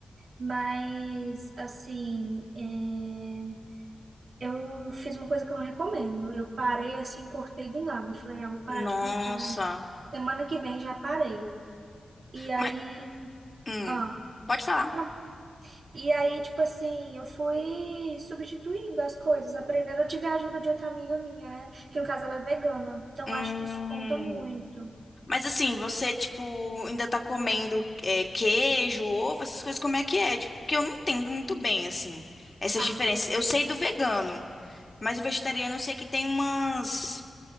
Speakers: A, on the right (about 65°); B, on the left (about 35°).
A: mas, assim, é, eu fiz uma coisa que eu não recomendo, eu parei, assim, cortei do nada, falei, ah, vou parar
B: Nossa!
A: de comer carne, semana que vem já parei, e aí,
B: Mas, hum,
A: ah,
B: pode falar.
A: não, E aí, tipo assim, eu fui substituindo as coisas, aprendendo. Eu tive a ajuda de outra amiga minha, né? Que no caso ela é vegana. Então
B: Hum.
A: acho que isso conta muito.
B: Mas assim, você, tipo, ainda tá comendo é, queijo, ovo, essas coisas, como é que é? Tipo, porque eu não entendo muito bem, assim, essas
A: Ah,
B: diferenças.
A: sim.
B: Eu sei do vegano, mas o vegetariano eu sei que tem umas,